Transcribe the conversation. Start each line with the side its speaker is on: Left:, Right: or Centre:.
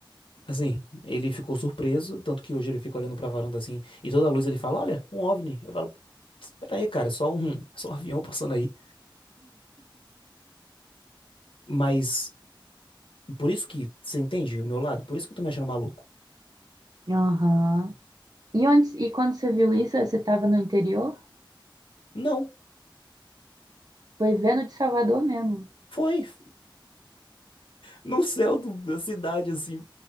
Left: assim, ele ficou surpreso, tanto que hoje ele fica olhando pra varanda assim, e toda a luz ele fala, olha, um OVNI. Eu falo, espera aí, cara, é só um, é só um avião passando aí. Mas, por isso que, você entende o meu lado? Por isso que eu tô me achando maluco.
Right: Aham. E onde, e quando você viu isso, você estava no interior?
Left: Não.
Right: Foi vendo de Salvador mesmo.
Left: Foi, <laughs> foi no céu do- da cidade, assim,